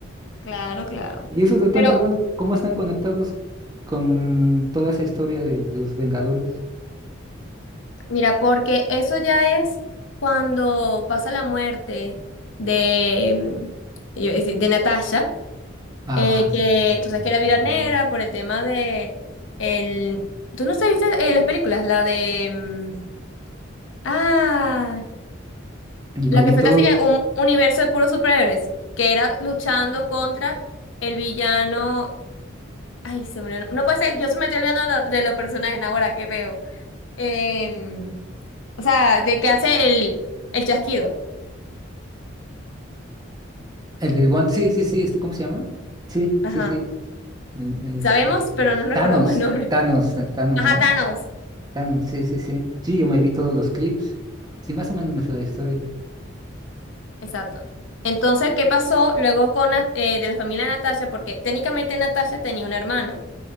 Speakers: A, on the left (about 75°); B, on the right (about 20°).
A: Claro, claro.
B: Y esos de Thunderbolt,
A: Pero
B: ¿cómo están conectados con toda esa historia de los Vengadores?
A: mira, porque eso ya es cuando pasa la muerte de, mm, de Natasha.
B: Ah,
A: Eh, que
B: sí, sí,
A: tú
B: sí,
A: sabes que era
B: se
A: vida
B: murió.
A: Negra por el tema de el... ¿Tú no sabiste eh, las películas? La de... mm, Ah,
B: Yo
A: la
B: me vi
A: que fue
B: todos.
A: casi que un universo de puros superhéroes, que era luchando contra el villano... Ay, se me olvidó. No puede ser, yo se me estoy olvidando de, lo- de los personajes ahora que veo. Em, o sea, de que hace el, el chasquido.
B: El del One, sí, sí, sí, este, ¿cómo se llama? Sí,
A: Ajá.
B: sí, sí. en-
A: Sabemos,
B: Este,
A: pero no recordamos
B: Thanos,
A: el nombre.
B: Thanos, eh, Thanos,
A: Ajá,
B: ¿no?
A: Thanos.
B: Thanos, sí, sí, sí. Sí, yo me vi todos los clips. Sí, más o menos me sé la historia.
A: Exacto. Entonces, ¿qué pasó luego con Nat- eh, de la familia de Natasha? Porque técnicamente Natasha tenía una hermana.